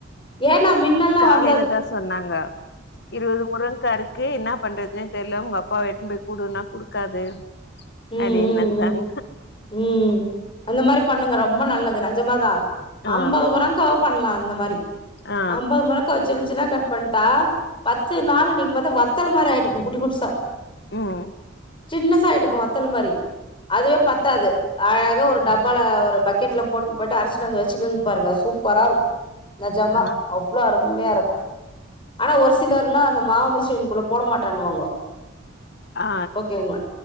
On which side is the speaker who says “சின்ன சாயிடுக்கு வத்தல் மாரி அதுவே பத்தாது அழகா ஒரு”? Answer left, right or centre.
Left